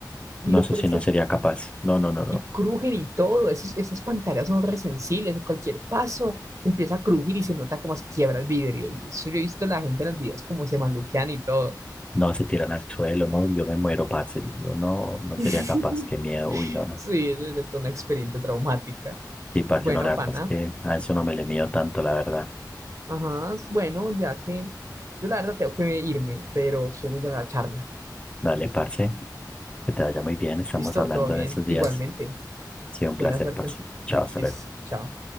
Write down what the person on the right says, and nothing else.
y
lo
peor
es
que,
y crujen y todo, esos, esas pantallas son resensibles, cualquier paso empieza a crujir y se nota como se quiebra el vidrio. Y eso yo he visto la gente en los videos como se maluquean y todo.
<laughs>
Sí, eso es de toda una experiencia traumática.
Bueno,
pana,
Ajá, bueno, ya que yo la verdad tengo que irme, pero fue muy buena la charla.
Listo,
todo bien.
Igualmente,
buena
suerte.
Listo,
chao.